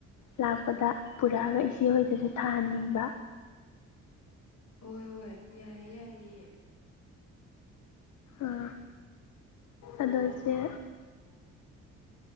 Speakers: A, on the left; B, on the left.
A: ꯂꯥꯛꯄꯗ ꯄꯨꯔꯛꯑꯒ ꯏꯆꯦꯍꯣꯏꯗꯁꯨ ꯊꯥꯍꯟꯅꯤꯡꯕꯒꯤ ꯅꯤ ꯗ
B: ꯍꯣꯏ ꯍꯣꯏ ꯌꯥꯏꯌꯦ ꯌꯥꯏꯌꯦ ꯄꯨꯔꯛꯑꫭ
A: ꯑꯥ ꯑꯗꯣ ꯏꯆꯦ
B: <inaudible> <unintelligible>